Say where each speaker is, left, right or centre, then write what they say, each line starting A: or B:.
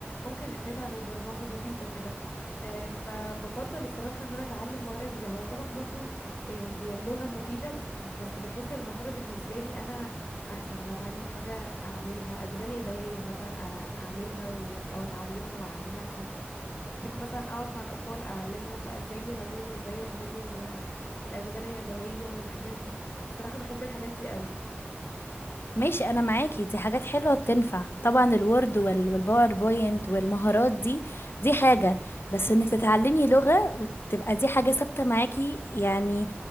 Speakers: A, on the left; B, on the left.
A: ممكن حاجات على البرمجة بسيطة كده آه، فبفضل الصراحة ان انا اتعلم مهارة جديدة هو طبعا برضو يعني هي اللغة مفيدة بس بحس المهارة بالنسبة لي انا احسن ان أنا اتعلم حاجة اعملها اشغال يدويه مثلا أع- اعملها و... او اتعلمها واعلمها لحد بحب مثلا اقعد مع الاطفال اعلمهم بقى ازاي يلونوا ازاي يعملوا آه، الاشغال اليدويه والحاجات دي الصراحه بحب الحاجات دي قوي
B: ماشي انا معاكي دي حاجات حلوه بتنفع طبعا الوورد وال- والباوربوينت والمهارات دي دي حاجه بس انك تتعلمي لغه وتبقى دي حاجه ثابته معاكي يعني